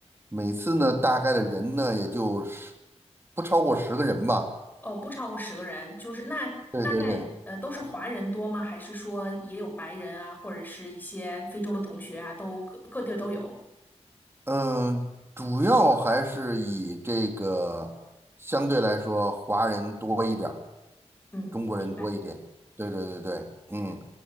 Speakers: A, on the right (about 20°); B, on the left (about 15°).
A: 每次呢大概的人呢也就十不超过十个人吧。
B: 哦，不超过十个人，就是那大概呃都是华人多吗？
A: 对对对，
B: 还是说也有白人啊，或者是一些非洲的同学啊，都各各地儿都有？
A: 嗯，主要还是以这个相对来说华人多一点。
B: 嗯，
A: 中国人多一点。
B: 明白。
A: 对对对对，嗯，